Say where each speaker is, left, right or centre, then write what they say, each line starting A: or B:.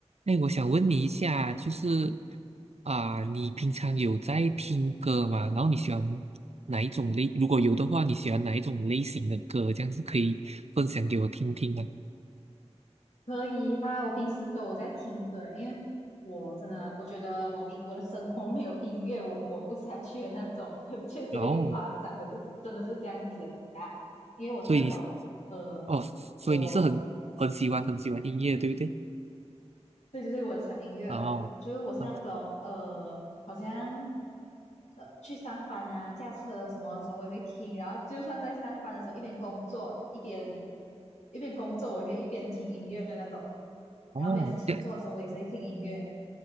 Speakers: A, on the right; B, on the left.
A: 哎，我想问你一下，就是啊、你平常有在听歌吗？然后你喜欢哪一种类？如果有的话，你喜欢哪一种类型的歌？这样子可以分享给我听听吗？
B: 可以啊，我平时都有在听歌，因为我真的我觉得我音我的生活没有音乐我活不下去的那种，<laughs> 确实有一点夸张，
A: 然后，
B: 可是真的就是这样子啊。因为我是那种呃，
A: 所以哦，所以你是很很喜欢很喜欢音乐，
B: 我
A: 对不对？
B: 对对对，我很喜欢音乐，
A: 哦，
B: 就是我是那种呃，
A: 啊，
B: 好像呃去上班啊、驾车什么的时候我也会听，然后就算在上班的时候一边工作一边一边工作，我也会一边听音乐的那种。
A: 哦，
B: 然后没有事情做的时候，
A: 这样，
B: 我也是会听音乐。